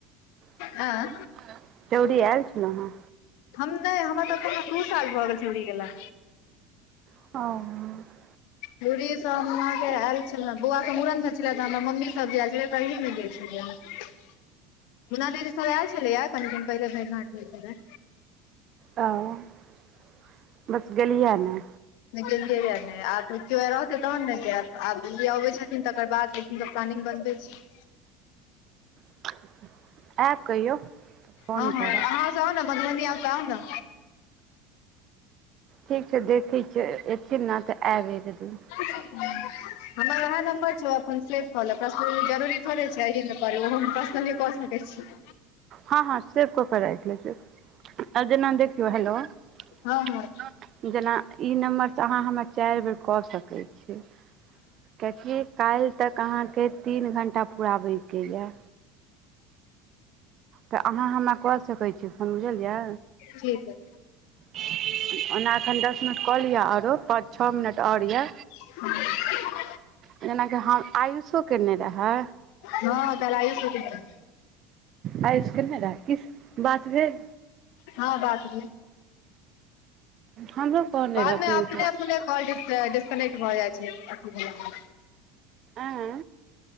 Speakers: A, on the right (about 45°); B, on the left (about 65°).
A: <inaudible>
B: आँ
A: चौरी ऐल छलौ हँ
B: हम नै हमरा तऽ पोने दू साल भऽ गेल छै <unintelligible> गेला
A: हऽ
B: दूी सब हमरा के आयल छले बौआ के मुड़न सब छले त हमरा मम्मी सब जे आयल छले <unintelligible> दीदी सब आयल छलैया कनि दिन पहिले भेंट घांठ भेल छलै
A: तऽ <inaudible> बस गेलियै न
B: गेलियै य नै आब त कियो रहतै तहन ने जायब अबैत छथिन तकर बाद प्लानिंग बनबै छी
A: <unintelligible> ऐब कहियौ तऽ फोन
B: हँ हँ
A: करब
B: अहाँ सभ आउ न मधुबनी ऐब तऽ आउ तऽन
A: ठीक छै देखै छी एथिन न तऽ आयब एक दिन
B: <unintelligible> हमर वएह नम्बर छै अपन सेव को लेब पर्सनली जरूरी थोड़े छै <unintelligible> ऽ सकै छी
A: हँ हँ सेव को के राखि लय छि <inaudible> - आब जेना देखिय हेलो
B: हँ
A: <inaudible>
B: हँ
A: जेना ई नम्बर स अहाँ हमर चाइ बेर कऽ सकै छी कियाकि काइल तक अहाँ केँ तीन घण्टा पुराबै केँ यऽ तऽ अहाँ हमरा कऽ सकै छी फोन बुझलियै
B: ठीक अय
A: <unintelligible> ओना दस मिनट कऽ लिअ ओरो पाँच छओ मिनट ओर यए
B: <unintelligible>
A: जेनाकि हम आयुषो केने रहै
B: हँ काइल आयुषो केने रहे
A: आयुष केने रहे कि बात भेल
B: <unintelligible> हँ बात भेल
A: हमरो कहने
B: बादमे
A: रहथिन
B: अपने
A: ज
B: अपने कॉल डिस्कनेक्ट भ जाइ छै अथी भेला
A: आए